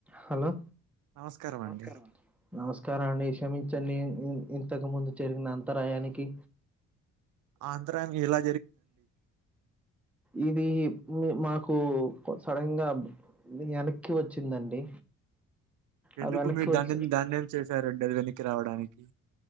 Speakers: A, in the centre; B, on the right.
A: Hello
B: నమస్కారం
A: నమస్కారమండి
B: అండి
A: నమస్కారం అండి క్షమించండి ఇ ఇ ఇంతకు ముందు జరిగిన అంతరాయానికి
B: ఆంతరాయం ఎలా
A: ఈది మి మాకు సడన్గా బ్ దినీ ఎనక్కి వచ్చిందండి
B: ఎందుకు
A: ఆ వెనక్కి
B: మీరు
A: వచ్చి
B: ధాన్యం ధాన్యం చేశారండి అది వెనక్కి రావడానికి